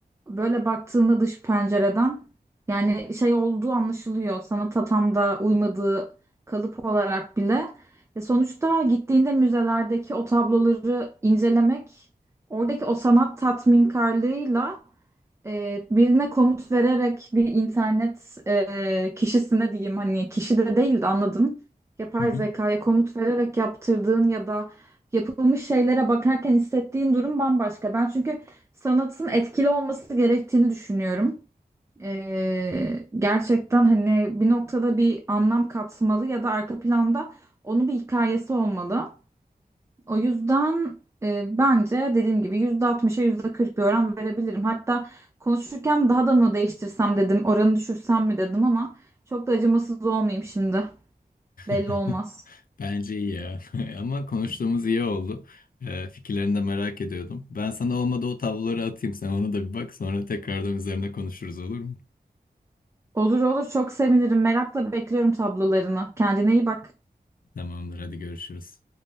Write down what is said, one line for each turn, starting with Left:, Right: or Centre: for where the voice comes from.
Right: Böyle baktığında dış pencereden yani şey olduğu anlaşılıyor. Sanata tam da uymadığı kalıp olarak bile. E sonuçta gittiğinde müzelerdeki o tabloları incelemek oradaki o sanat tatminkarlığıyla e, birine komut vererek bir internet e, kişisine diyeyim hani kişi de değil de anladın. Yapay
Left: Hı hı.
Right: zekaya komut vererek yaptırdığın ya da yapılmış şeylere bakarken hissettiğin durum bambaşka. Ben çünkü sanatın etkili olması gerektiğini düşünüyorum. E, gerçekten hani bir noktada bir anlam katmalı ya da arka planda onun bir hikayesi olmalı. O yüzden e, bence dediğim gibi %60'a %40 bir oran verebilirim. Hatta konuşurken daha da mı değiştirsem dedim, oranı düşürsem mi dedim ama çok da acımasız olmayayım şimdi. Belli
Left: <laughs>
Right: olmaz.
Left: Bence iyi ya. <laughs> Ama konuştuğumuz iyi oldu. Ee, fikirlerini de merak ediyordum. Ben sana olmadı o tabloları atayım. Sen ona da bir bak. Sonra tekrardan üzerine konuşuruz olur mu?
Right: Olur olur çok sevinirim. Merakla bekliyorum tablolarını. Kendine iyi bak.
Left: Tamamdır. Hadi görüşürüz.